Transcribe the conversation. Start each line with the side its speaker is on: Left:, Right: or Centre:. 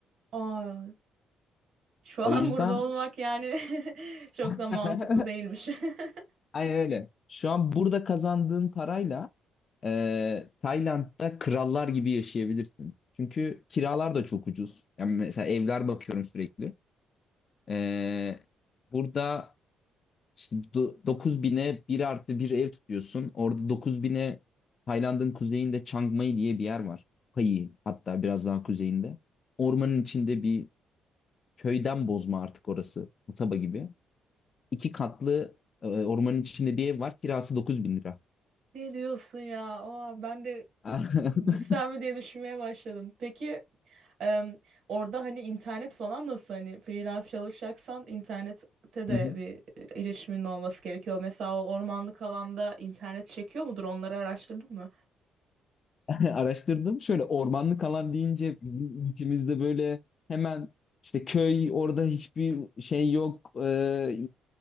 Right: Aa, şu an
Left: O yüzden
Right: burada olmak yani <laughs> çok
Left: <laughs>
Right: da mantıklı değilmiş. <laughs>
Left: aynen öyle. Şu an burada kazandığın parayla e, Tayland'da krallar gibi yaşayabilirsin. Çünkü kiralar da çok ucuz. Yani mesela evler bakıyorum sürekli. E, burada İşte do- 9000'e bir artı bir ev tutuyorsun. Orada 9000'e Tayland'ın kuzeyinde Chiang Mai diye bir yer var. Pai hatta biraz daha kuzeyinde. Ormanın içinde bir köyden bozma artık orası. Kasaba gibi. İki katlı e, ormanın içinde bir ev var. Kirası 9000 lira.
Right: Ne diyorsun ya? Aa, ben de
Left: <laughs>
Right: Gitsem mi diye düşünmeye başladım. Peki em, orada hani internet falan nasıl hani freelance çalışacaksan internette de
Left: Hı hı.
Right: bir e, erişimin olması gerekiyor. Mesela o ormanlık alanda internet çekiyor mudur? Onları araştırdın mı?
Left: <laughs> Araştırdım. Şöyle ormanlık alan deyince bizim ülkemizde böyle hemen işte köy orada hiçbir şey yok. Ee,